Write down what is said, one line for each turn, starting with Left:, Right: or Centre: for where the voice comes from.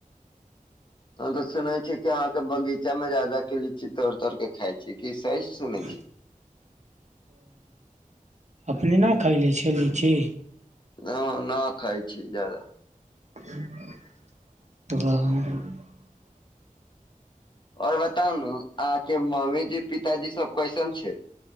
Left: तऽ सुनै छी कि अहाँके बगीचा मे जा जा के लीची तौड़-तौड़ के खाय छी की? सही सुनै
Right: ह
Left: छी
Right: अपने ने खेलै छली की?
Left: हम न खाय छी ज्यादा।
Right: तऽब।
Left: आओर बताउ न अहाँके मम्मीजी-पिताजी सब कैसन छै।